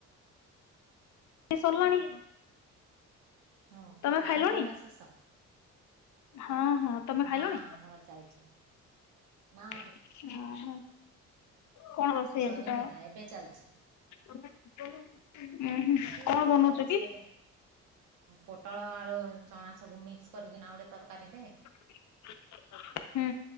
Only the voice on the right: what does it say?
ହଉ
ଖାଇବା
ପିଇବା ଶେଷ
ନା ନା ଆମର ଚାଲିଛି ନା
ସରିନି
ତା ଏବେ ଚାଲିଛି
ଇଏ
ସେ ପୋଟଳ ଆଳୁ ଚଣା ସବୁ ମିକ୍ସ କରିକିନା ଗୋଟେ ତରକାରୀଟେ